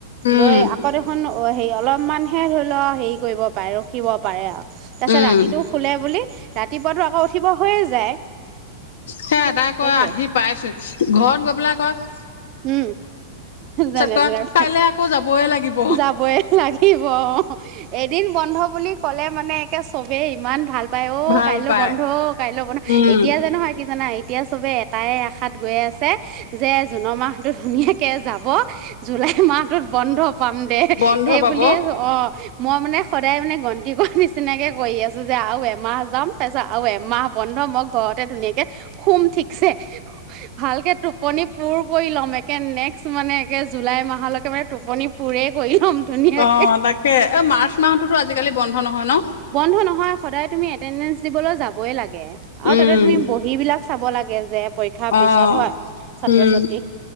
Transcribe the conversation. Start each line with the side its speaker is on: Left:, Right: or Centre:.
Left: উম।
Right: লৈ আকৌ দেখোন অ', হেৰি অলপমানহে ধৰি ল হেৰি কৰিব পাৰে ৰখিব পাৰে আৰু। তাৰপিছত
Left: উম,
Right: ৰাতিটো শুলে বুলি ৰাতিপুৱাতো আকৌ উঠিব হৈয়ে যায়।
Left: সেয়াই তাই‌ কয়
Right: সেইটোৱে
Left: আহি পাইছো ঘৰত গৈ বিলাকক
Right: উম, যেনে
Left: কয়
Right: তেনে
Left: কাইলে আকৌ যাবই লাগিব
Right: যাবই লাগিব‌ এ। দিন বন্ধ বুলি ক'লে মানে একে চবে ইমান ভাল পাই অ',
Left: ভাল
Right: কাইলৈও
Left: পাই।
Right: বন্ধ কাইলৈ বন্ধ
Left: উম।
Right: এতিয়া যে নহয় কি জানা? এতিয়া চবে এটাই আশাত গৈ আছে যে জুনৰ মাহ ধুনীয়াকে যাব জুলাই মাহটোত বন্ধ। পাম দে
Left: বন্ধ
Right: এই
Left: পাব
Right: বুলিয়ে অ। মই মানে সদায় মানে গন্তি কৰি নিচিনাকে কৰি আছো যে আৰু এমাহ যাম তাৰপিছত আৰু এমাহ বন্ধ মই ঘৰতে ধুনীয়াকে শুম ঠিক চে ভালকে টোপনি পুৰ কৰি ল'ম একে নেক্সট মানে একে জুলাই মাহলৈকে মানে টোপনি পুৰে কৰিল <unintelligible> ধুনীয়াকে
Left: অ' তাকে এ মাৰ্চ মাহটোতো আজিকালি বন্ধ নহয় ন?
Right: বন্ধ নহয় সদায় তুমি এটেণ্ডেন্ঞ্চ দিবলৈ যাবই লাগে তাকে আৰু
Left: উম,
Right: তাতে তুমি বহী বিলাক চাব লাগে যে। পৰীক্ষাৰ
Left: অ',
Right: পিছত হয় ছাত্ৰ
Left: উম,
Right: ছাত্ৰী